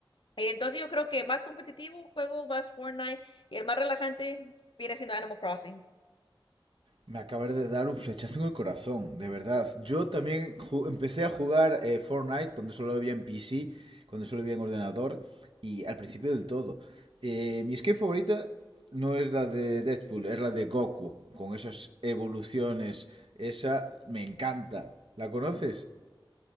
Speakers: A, on the left; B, on the right.
A: Y entonces yo creo que más competitivo juego más Fortnite y el más relajante viene siendo Animal Crossing.
B: Me acabas de dar un flechazo en el corazón, de verdad. Yo también ju- empecé a jugar eh, Fortnite cuando solo había en PC, cuando solo había en ordenador y al principio del todo. Eh, mi skin favorita no es la de Deadpool, es la de Goku, con esas evoluciones. Esa me encanta. ¿La conoces?